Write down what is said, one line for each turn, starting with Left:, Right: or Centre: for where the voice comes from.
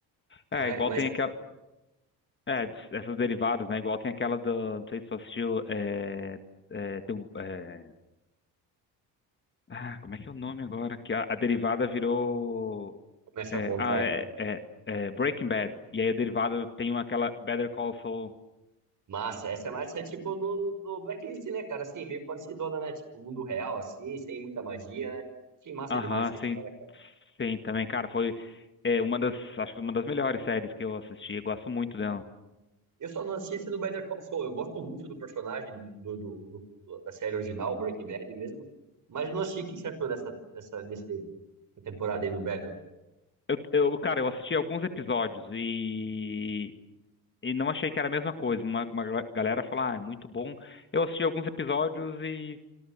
Left: É,
Right: Mas,
Left: igual
Right: mas
Left: tem
Right: você
Left: aquela. É, des- essas derivadas, né? Igual tem aquela do. Não sei se você assistiu. É, é, do, é, ah, como é que é o nome agora? Que a, a derivada virou.
Right: começa
Left: É,
Right: a contar
Left: ah,
Right: aí.
Left: é, é, é Breaking Bad. E aí a derivada tem uma- aquela Better Call Saul.
Right: Massa, essa é mais é tipo do, do Blacklist, né, cara? Assim, meio parecidona, né? Tipo, mundo real, assim, sem muita magia, né? Achei massa
Left: Aham,
Right: demais essa história,
Left: sim.
Right: cara.
Left: Sim, também, cara, foi é, uma das. Acho que uma das melhores séries que eu assisti. Eu gosto muito dela.
Right: Eu só não assisti esse do Better Call Saul. Eu gosto muito do personagem do, do, do- do- da série original, Breaking Bad mesmo. Mas não assisti. O que você achou dessa, dessa, desse, da temporada aí do Better?
Left: Eu, eu, cara, eu assisti alguns episódios e. e não achei que era a mesma coisa. Uma, uma gra- galera falou, ah, é muito bom. Eu assisti alguns episódios e